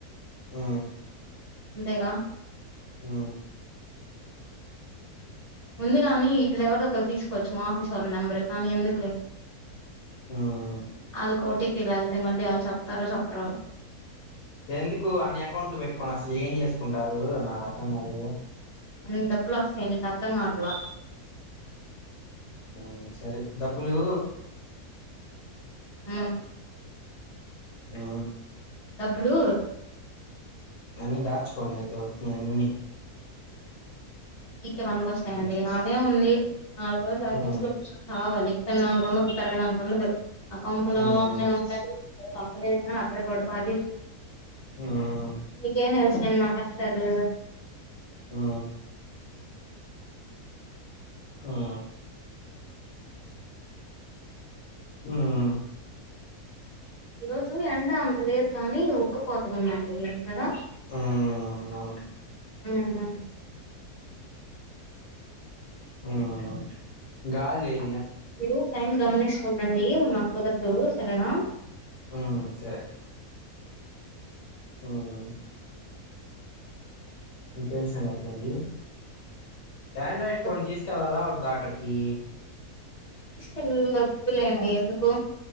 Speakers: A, on the left; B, on the left.
A: ఆ
B: అంతేగా
A: ఆ
B: ఉంది గాని ఈల్లెవరో ఒకళ్ళు తీసుకోవచ్చు మా ఆఫీస్ వాళ్ళ నెంబరు కానీ ఎందు కులే
A: హ్మ్.
B: ఆల్లక్ ఓటీపీ వెళ్తే మళ్లీ ఆళ్ళు చెప్తారో చెప్పరో
A: ఎందుకు అన్ని అకౌంట్లు పెట్టుకోని అసలు ఏం చేసుకుంటారు నాకు అర్థం కాదు
B: అన్ని డబ్బులు వస్తాయి నీకు అర్ధం కావట్లా
A: హూ సరే డబ్బులు
B: ఊమ్
A: ఆ
B: డబ్బులు
A: అన్ని దాచుకొండి అయితే వచ్చినయాన్ని
B: మీకే పనికి వస్తాయండి
A: హ్మ్.
B: నాదేం ఉంది నాలుగు రోజులు అయితే
A: హ్మ్.
B: ఇంట్లో కూర్చొని చావాలి తిండానికి ఉండదు తిరగడానికి ఉండదు ఆ కొంపలోనే
A: హ్మ్.
B: ఉండాలి <unintelligible> ఏదైనా అక్కడే పడుకోవాలి
A: హ్మ్.
B: మీకేం తెల్స్ నిన్న ఆహా తెలీదు
A: ఆ హా హూమ్
B: ఈ రోజు ఎండ అంత లేదు కానీ ఉక్కుపోతగుందండి కదా
A: ఆ అవును
B: ఉహ్
A: ఊమ్ గాల్లేద్
B: మీరు టైం గమనిస్తుండండి నాకు కుదరదు సరేనా
A: ఆ సరే ఉహ్ ఇంకేం సంగతులు అండి ఆండ్రాయిడ్ ఫోన్
B: వద్దు
A: తీసుకెళ్ళలా వద్దా అడికి
B: తెస్కేళ్ల ఒద్దులేండి ఎందుకు